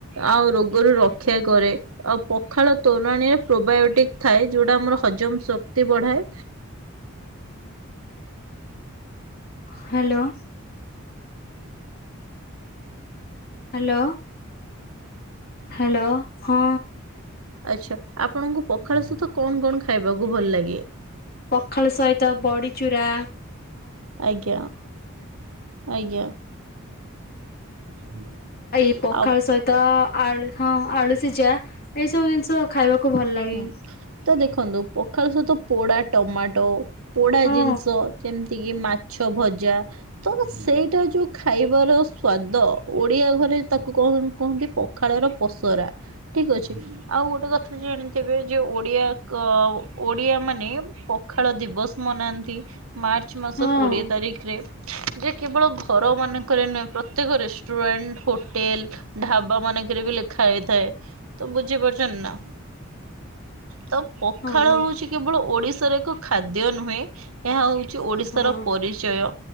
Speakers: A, on the right; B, on the left.
A: ଆଉ ରୋଗରୁ ରକ୍ଷା କରେ। ଆଉ ପଖାଳ ତୋରାଣିରେ ପ୍ରୋବାୟୋଟିକ ଥାଏ ଯୋଉଟା ଆମର ହଜମ ଶକ୍ତି ବଢାଏ।
B: ହ୍ୟାଲୋ। ହାଲୋ ହାଲୋ ହଁ।
A: ଆଛା। ଆପଣଙ୍କୁ ପଖାଳ ସହିତ କଣ କଣ ଖାଇବାକୁ ଭଲ ଲାଗେ?
B: ପଖାଳ ସହିତ ବଡି ଚୁରା
A: ଆଜ୍ଞା ଆଜ୍ଞା। <inaudible>
B: ଏଇ ପଖାଳ
A: ଆଉ
B: ସହିତ ଆଳୁ ହଁ ଆଳୁ ସିଜା ଏଇ ସବୁ ଜିନିଷ ଖାଇବାକୁ ଭଲ ଲାଗେ।
A: ହୁଁ ତ ଦେଖନ୍ତୁ ପଖାଳ ସହିତ ପୋଡା ଟମାଟୋ ପୋଡା
B: ହଁ
A: ଜିନିଷ ଯେମ ତିକି ମାଛ ଭଜା ତ ସେଇଟା ଯୋଉ ଖାଇବାର ସ୍ଵାଦ ଓଡିଆ ଘରେ ତାକୁ କଣ କହନ୍ତି ପଖାଳର ପସରା। ଠିକ ଅଛି। ଆଉ ଗୋଟେ କଥା ଜାଣି ତେବେ ଯୋଉ ଓଡିଆ କ ଓ ଓଡିଆମାନେ ପଖାଳ ଦିବସ ମନାନ୍ତି। ମାର୍ଚ୍ଚ ମାସ
B: ହଁ
A: କୋଡିଏ ତାରିଖରେ। ଯେ କେବଳ ଘରମାନଙ୍କରେ ନୁଏଁ ପ୍ରତ୍ୟେକ ରେଷ୍ଟୁରାଣ୍ଟ ହୋଟେଲ ଢାବାମାନେଙ୍କେରେ ବି ଲେଖା ହେଇଥାଏ ତ ବୁଝି ପାରୁଚନ୍ତି ନା। ତ ପଖାଳ
B: ହଁ
A: ହଉଚି କେବଳ ଓଡିଶାର ଏକ ଖାଦ୍ୟ ନୁହେଁ ଏହା ହଉଚି ଓଡିଶାର
B: ହଁ
A: ପରିଚୟ